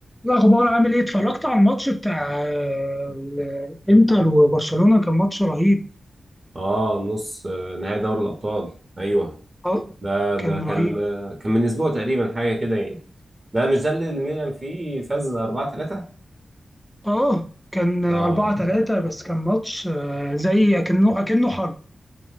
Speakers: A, in the centre; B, on the right (about 40°).
A: إيه الأخبار عامل إيه؟ اتفرجت على الماتش بتاع ال- الإنتر وبرشلونة كان ماتش رهيب
B: اه نص آه، نهائي دوري الابطال ايوه
A: أه
B: ده ده
A: كان
B: كان
A: رهيب
B: آه، كان من اسبوع تقريبا حاجه كده يعني لا مش ده اللي الميلان فيه فاز 4 3
A: أه كان 4
B: اه
A: 3 بس كان ماتش آه، زي أكنه أكنه حرب